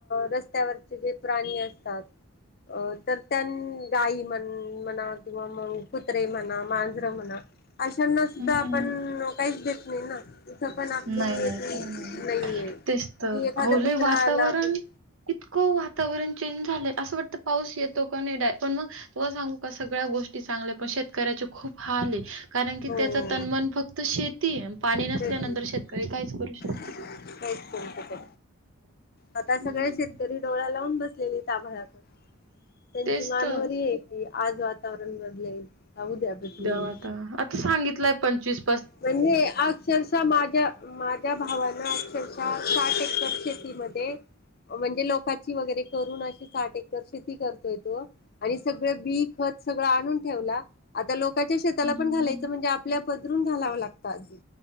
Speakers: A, on the left (about 45°); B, on the right (about 65°).
A: रस्ते त्यावरचे जे प्राणी असतात अ तर त्यां गाई म्हण म्हणा किंवा मग कुत्रे म्हणा मांजरं म्हणा अशांना सुद्धा
B: हम्म
A: आपण काहीच देत नाही ना तथ पण आपली
B: नाही, नाही. खरं नाही भेटत.
A: नाहीये की
B: तेच तर.
A: एखादा
B: अहो लय
A: कुत्रा
B: वातावरण
A: आला आपण
B: इतकं वातावरण चेंज झालंय असं वाटतं पाऊस येतो का नाही डा पण मग तु्हा सांगू का सगळ्या गोष्टी चांगल्या पण शेतकऱ्याचे खूप हार कारण की
A: हो
B: त्याचा तनमन फक्त शेती पाणी नसल्यानंतर
A: तेच
B: शेतकरी काहीच करू शकत
A: काहीच
B: नाही.
A: आता
B: हं.
A: सगळे शेतकरी डोळ्या लावून बस लेली ताभडक त्यांची
B: तेच
A: मानवर
B: तर.
A: आहे की आज वातावरण बदलेल का उद्या भेटलेल
B: वाता आता सांगितलंय पंचवीस
A: म्हणजे अक्षरशः माझ्या माझ्या भावाना अक्षरशः साठ सचेती मध्ये म्हणजे लोकची वगैरे करून अ साठ एककर शेती करतोय तो आणि सगळं बी आणून ठेव आता लोच्या शेला
B: हं.
A: पण घालायच म्हणजे आपल्या पदरून घालाव लागत पाजी